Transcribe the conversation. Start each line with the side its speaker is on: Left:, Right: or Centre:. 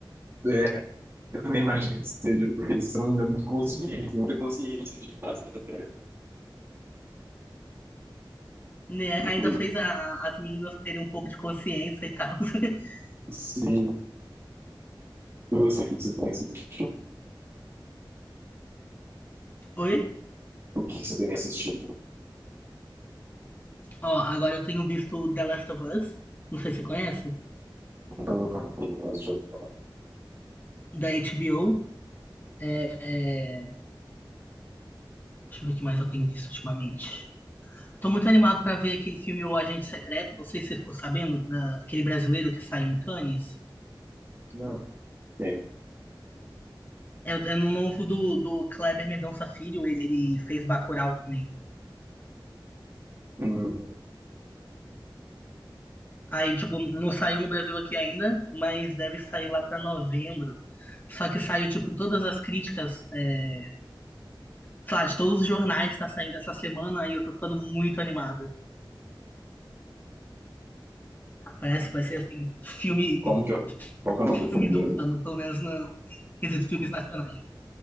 Right: é, eu também imagino que seja porque eles são ainda muito conscientes, muita consciência de casa até.
Left: Né?
Right: Tipo,
Left: Ainda fez a- as meninas terem um pouco de consciência e tal. <laughs>
Right: se você que você tem assistido,
Left: Oi?
Right: o que você tem assistido,
Left: Ó, agora eu tenho visto The Last of Us. Não sei se você conhece.
Right: então, não tem mais jogo.
Left: Da HBO. É... é, Deixa eu ver o que mais eu tenho visto ultimamente. Tô muito animado pra ver aquele filme O Agente Secreto. Não sei se você ficou sabendo, da- aquele brasileiro que saiu em Cannes.
Right: Não, tem.
Left: É, é no novo do, do Kleber Mendonça Filho, ele, ele fez Bacurau também.
Right: Hum,
Left: Aí, tipo, não saiu no Brasil aqui ainda, mas deve sair lá pra novembro. Só que saiu, tipo, todas as críticas, é, sei lá, de todos os jornais tá saindo essa semana Aí eu tô ficando muito animado. Parece que vai ser, assim, filme,
Right: como que eu, qual que é o nome
Left: filme
Right: do filme mesmo?
Left: do ano, pelo menos no quesito filmes nacionais.